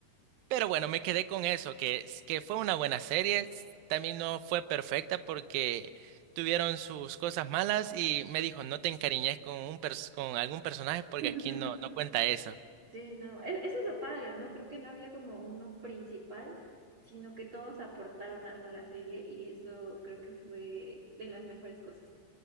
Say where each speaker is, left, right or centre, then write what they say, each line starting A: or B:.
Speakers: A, on the right; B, on the right.
A: pero bueno, me quedé con eso, que, s- que fue una buena serie. s- También no fue perfecta porque tuvieron sus cosas malas y me dijo, no te encariñes con un pers- con algún personaje porque
B: <laughs>
A: aquí no, no cuenta eso.
B: Sí, no, e- eso es lo padre, ¿no? Creo que no había como uno principal, sino que todos aportaron algo a la serie y eso creo que fue de las mejores cosas.